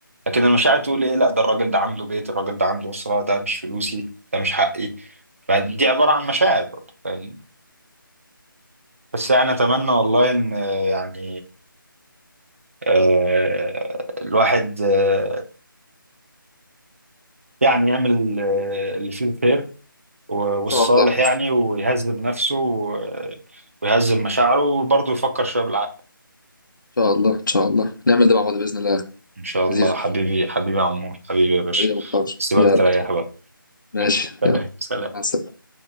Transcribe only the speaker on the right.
لكن المشاعر تقول ايه لا ده الراجل ده عنده بيت الراجل ده عنده اسره ده مش فلوسي ده مش حقي فدي عباره عن مشاعر برضه فاهمني بس يعني اتمنى والله ان آه، يعني آه، الواحد آه، يعني يعمل آه، اللي فيه الخير و- والصالح
يعني ويهذب نفسه و- ويهذب مشاعره وبرضه يفكر شويه بالعقل
ان شاء
الله حبيبي حبيبي يا عمور حبيبي يا باشا
سيبك
تريح بقى
سلام
سلام